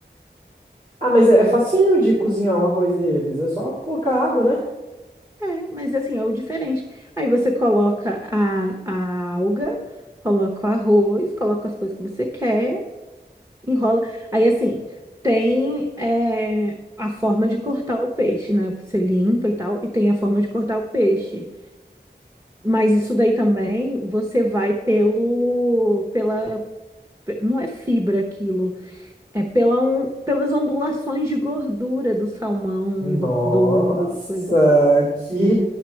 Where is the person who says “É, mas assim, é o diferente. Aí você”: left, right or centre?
Right